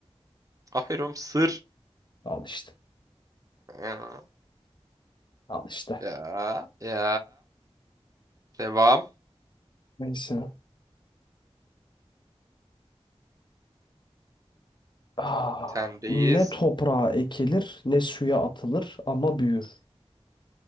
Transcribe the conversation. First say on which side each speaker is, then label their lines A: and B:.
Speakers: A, on the right (about 30°); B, on the left (about 45°).
A: Aferin sır.
B: Al işte.
A: Ya
B: Al işte.
A: ya. ya. Devam.
B: Neyse. Ah,
A: Sendeyiz.
B: ne toprağa ekilir ne suya atılır ama büyür.